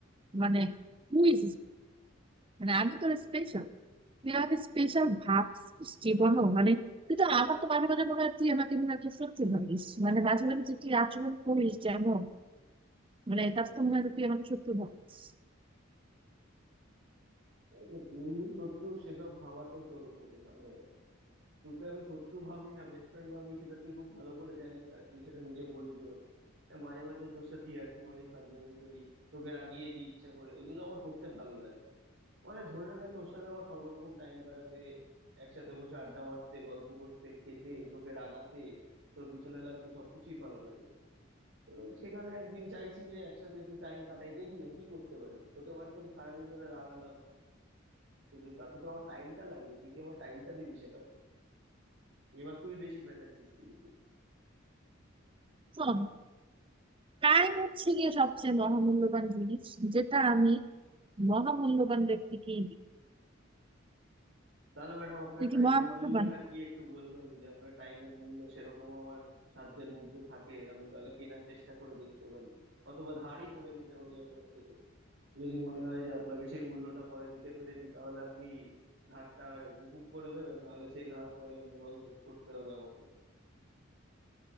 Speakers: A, on the right (about 25°); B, on the right (about 65°).
A: মানে হু ইজ মানে আমি তোর স্পেশাল তুই আমাকে স্পেশাল ভাবছিস জীবনও মানে তুই তো আমার তো মাঝে মাঝে মনে হয় তুই আমাকে মনে হয় তুই শত্রু ভাবিস মানে মাঝে মাঝে যে তুই আচরণ করিস যেমন মানে তার তো মনে হয় যে তুই আমাকে শত্রু ভাবিস
B: এই যে বন্ধু শত্রু সেসব ভাবা তো তোর উপরে মানে তোকে আমি শত্রু ভাবি না বেস্ট ফ্রেন্ড ভাবি সেটা তুই খুব ভালো করে জানিস আর তুই সেটা নিজে বললিও হ্যাঁ, মাঝে মাঝে তোর সাথে ইয়ার্কি মারি ফাজলামি করি তোকে রাগিয়ে দিই ইচ্ছা করে এগুলো আমার করতে ভালো লাগে মানে ধরে নে তোর সাথে আমার সব রকম টাইম কাটাতে একসাথে বসে আড্ডা মারতে গল্প করতে খেতে তোকে রাগাতে তোর পিছনে লাগতে সবকিছুই ভালো লাগে তো সেখানে একদিন চাইছি যে একসাথে একটু টাইম কাটাই দেখি না কি করতে পারি হতে পারে তোকে সারাদিন ধরে রাগালাম কিন্তু তাতে তো আমার টাইমটা লাগবে তুই কি আমার টাইমটা দিবি সেটা বল এবার তুই বেশি পেঁচাচ্ছিস কিন্তু
A: শোন টাইম হচ্ছে গিয়ে সবচেয়ে মহামূল্যবান জিনিস যেটা আমি মহামূল্যবান ব্যক্তিকেই দিই
B: তাহলে ম্যাডাম আপনার
A: তুই কি
B: টাইমের
A: মহামূল্যবান
B: মূল্যটা কি একটু বলবেন যদি আপনার টাইমের মূল্য সেরকম আমার সাধ্যের মধ্যে থাকে আমি তাহলে কেনার চেষ্টা করে দেখতে পারি অথবা ধারই করে নিতে পারি আপনার থেকে যদি মনে হয় যে আপনাকে সেই মূল্যটা পরে দিতে পেরেছি তাহলে আপনি ধারটা মুকুব করে দেবেন নাহলে সেই ধার পরে অন্যভাবে শোধ করতে হবে আমাকে